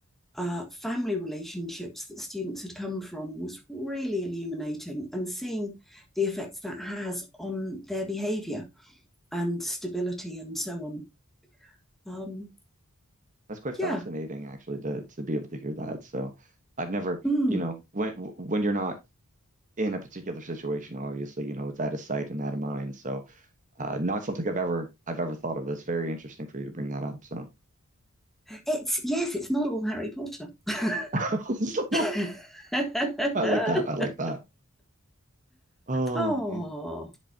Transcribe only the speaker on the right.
That's quite fascinating,
actually, to to be able to hear that. So, I've never,
you know, when when you're not in a particular situation, obviously, you know, it's out of sight and out of mind. So, uh, not something I've ever I've ever thought of. That's very interesting for you to bring that up. So,
<laughs> So,
I like that. I like that. Oh
man,